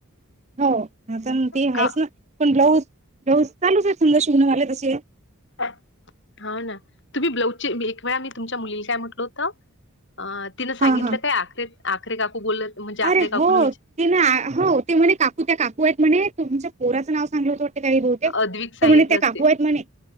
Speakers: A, on the right (about 30°); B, on the left (about 55°).
A: हो आता ते आहेच
B: का
A: ना पण ब्लाऊज ब्लाऊज चालूच आहे समजा शिवनेवाला तशी आहे
B: हा ना तुम्ही ब्लाउज एक वेळा मी तुमच्या मुलीले काय म्हटल होत अ तिनं सांगितलं
A: हा हा
B: काय आखरे आखरे काकू बोलत म्हणजे आखरे
A: अरे
B: काकू
A: हो
B: न विचार
A: ते ना हो ते म्हणे काकू त्या काकू आहेत म्हणे तुमच्या पोराचं नाव सांगलं होत वाटतं काही बहुतेक
B: अद्विक सांगितलं
A: तर म्हणे त्या
B: असेल
A: काकू आहेत म्हणे